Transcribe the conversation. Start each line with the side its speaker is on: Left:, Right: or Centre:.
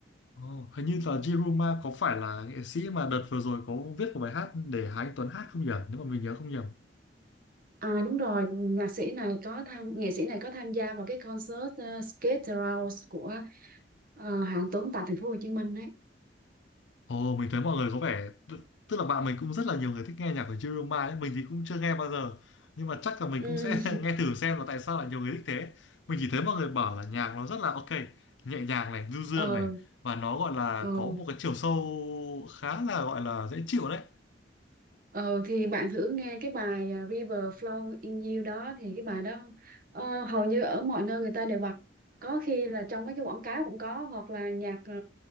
Left: Ồ, hình như là Jiruma có phải là nghệ sĩ mà đợt vừa rồi có viết một bài hát để Hà Anh Tuấn hát không nhỉ? Nếu mà mình nhớ không nhầm.
Right: À đúng rồi, nhạc sĩ này có tham nghệ sĩ này có tham gia vào cái concert uh, Skate Around của uh, Hạng Tuấn tại thành phố Hồ Chí Minh đấy.
Left: Ồ, mình thấy mọi người có vẻ t- tức là bạn mình cũng rất là nhiều người thích nghe nhạc của Jiruma ấy, mình thì cũng chưa nghe bao giờ. Nhưng mà chắc là mình
Right: Ừ,
Left: cũng sẽ <laughs> nghe thử xem là tại sao lại nhiều người thích thế. Mình chỉ thấy mọi người bảo là nhạc nó rất là ok, nhẹ nhàng này, du dương
Right: ờ,
Left: này và nó gọi là
Right: ờ,
Left: có một cái chiều sâu khá là gọi là dễ chịu đấy.
Right: ờ, thì bạn thử nghe cái bài uh, River Flow in You đó thì cái bài đó ờ, hầu như ở mọi nơi người ta đều bật. Có khi là trong mấy cái quảng cáo cũng có hoặc là nhạc ờ,